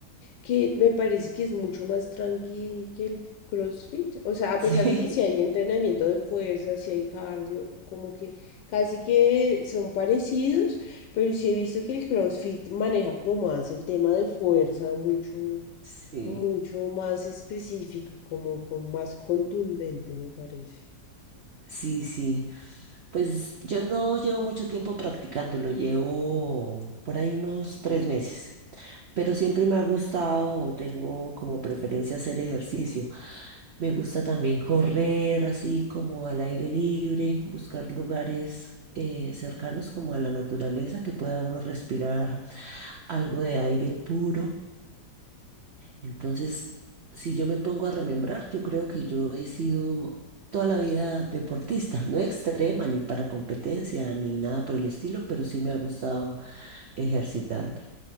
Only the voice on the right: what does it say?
<laughs>
Sí,
sí,
sí, sí. Pues yo no llevo mucho tiempo practicándolo, llevo por ahí unos tres meses, pero siempre me ha gustado o tengo como preferencia hacer ejercicio. Me gusta también correr así como al aire libre, buscar lugares eh, cercanos como a la naturaleza que pueda uno respirar algo de aire puro. Entonces, si yo me pongo a remembrar, yo creo que yo he sido toda la vida deportista, no extrema ni para competencia ni nada por el estilo, pero sí me ha gustado ejercitarme.